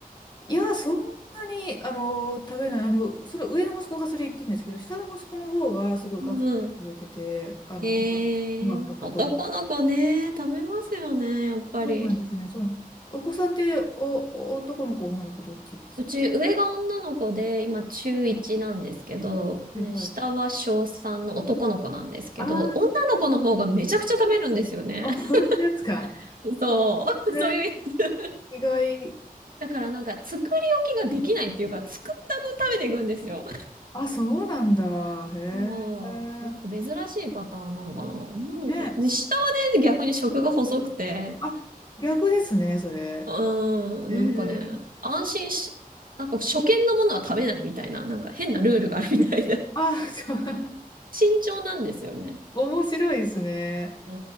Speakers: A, on the left (about 30°); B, on the right (about 70°).
A: いや、そんなに、あの、食べない、あの、それ上の息子がそれ言ってるんですけど、下の息子の方がすごいガツガツ食べてて、
B: うん。
A: あの、
B: えー、
A: ご飯ご飯とか丼
B: 男の子ね、食べますよね、やっぱり。
A: そうなんですね。そうなん。お子さんって、お、男の子、女の子、どっちですか
B: うち上が女の子で、今中1なんですけど、
A: はいはい。
B: ね、下は小3の男の子なんですけど、
A: あ
B: 女の子の方がめちゃくちゃ食べるんですよね。
A: あ、あ、本当ですか
B: <laughs> そう、
A: へ
B: <laughs> そういうやつ。<laughs>
A: え、意外。
B: だからなんか作り置きができないっていうか、作った分食べていくんですよ。
A: あ、そうなんだ。
B: <laughs>
A: へえ。
B: そう、なんか珍しいパターンなのかな。女の子。
A: ね。
B: で、下はね、逆に食が細くて、
A: あ、逆ですね、それ。
B: うーん、
A: へえ。
B: なんかね、安心し、なんか初見のものは食べないみたいな、なんか変なルールがあるみたいで。
A: あ、そう、<laughs>
B: <laughs> 慎重なんですよね。
A: 面白いですね。
B: うー